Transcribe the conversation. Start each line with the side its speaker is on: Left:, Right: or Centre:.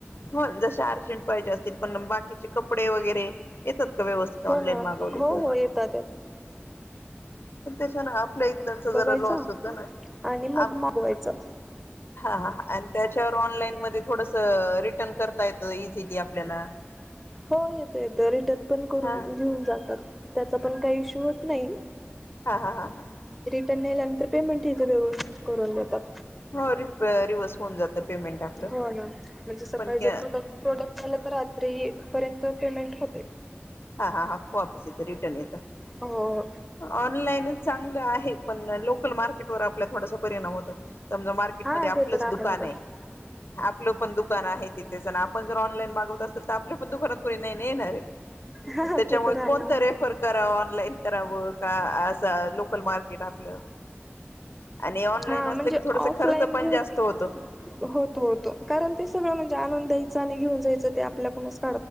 Left: हो जसे अर्जंट पाहिजे असतील पण बाकीचे कपडे वैगरे येतात. व्यवस्थित ऑनलाईन
Centre: हो ना
Left: मागवली
Centre: हो
Left: तर,
Centre: हो येतात
Left: पण त्याच्यानं आ ल्या इथल्यांचा जरा
Centre: बघायचं
Left: लॉस होतं ना,
Centre: आणि मग
Left: आप
Centre: मागवायचं
Left: हा हा हा आणि त्याच्यावर ऑनलाईन मध्ये थोडसं रिटर्न करता येतं ईझीली आपल्याला.
Centre: हो येतं येतं रिटर्न पण करून
Left: हा
Centre: घेऊन जातात त्याचा पण काही इश्यू होत नाही.
Left: हा हा हा हा
Centre: ते नेल्या नंतर पेमेंट ही ते व्यवस्थित करून देतात.
Left: हो री अ रिवस होऊन जातं पेमेंट आपलं
Centre: हो ना, म्हणजे सकाळी
Left: पण हा
Centre: जर तुला प्रोडक्ट आलं तर रात्रीपर्यंत त पेमेंट होते.
Left: हा हा हा वापस येतं रिटर्न येतं,
Centre: हो
Left: ऑनलाईनच चांगलं आहे. पण ना लोकल मार्केट वर आपल्या थोडासा परिणाम होतो, समझा मार्केटमध्ये
Centre: हा
Left: आपलंच
Centre: ते तर आहे
Left: दुकान
Centre: बघा
Left: हे आपलं पण दुकान आहे तिथेच अन् आपण जर ऑनलाईन मागवत असेल तर आपलं पण दुकानात कोणी नाही ना येणार.
Centre: हा
Left: त्याच्यामुळे
Centre: ते तर
Left: कोणतं
Centre: आहे
Left: रेफर करावं ऑनलाईन करावं का असं लोकल मार्क केट आपलं, आणि ऑनलाईन
Centre: हा
Left: असलं
Centre: म्हणजे
Left: की थोडसं
Centre: ऑफलाईन
Left: खर्च पण
Centre: घेत
Left: जास्त होतो.
Centre: होतो, होतो. कारण ते सगळं म्हणजे आणून द्यायचं आणि घेऊन जायचं ते आपल्याकूनच --